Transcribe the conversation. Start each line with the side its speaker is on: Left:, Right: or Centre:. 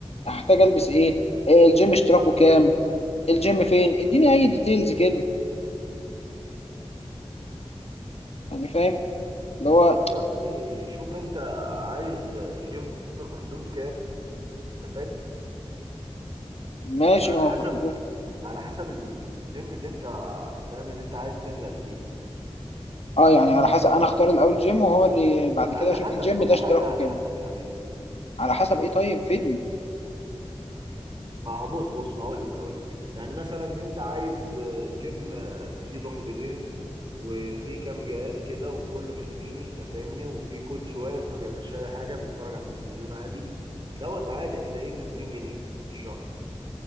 Left: احتاج البس ايه إيه الجيم اشتراكه كام
Right: اللبس
Left: الجيم فين اديني اي ديتيلز كده يعني فاهم اللي هو
Right: يا ابني شوف انت عايز جيم في حدود كام انت فاهم
Left: ماشي
Right: على
Left: ما هو
Right: حسب
Left: في حدود
Right: على حسب الجيم اللي انت فاهم اللي انت عايز تنزل فيه
Left: اه يعني على حسب انا اختار الاول جيم وهو اللي بعد
Right: على
Left: كده اشوف
Right: حسب
Left: الجيم
Right: كل
Left: ده اشتراكه
Right: حاجة على
Left: كام
Right: حسب يا حبيبي
Left: على حسب ايه طيب فيدني
Right: ما هو بص بص هقول لك هقول لك يعني مثلا انت عايز جيم فيه دمبلين وفي كام جهاز كده وكله حبيني انت فاهمني وفي كوتش واقف ما بيعملش اي حاجة بيتفرج على التلفزيون عادي دوت عادي هتلاقيه ب 200 جنيه في الشهر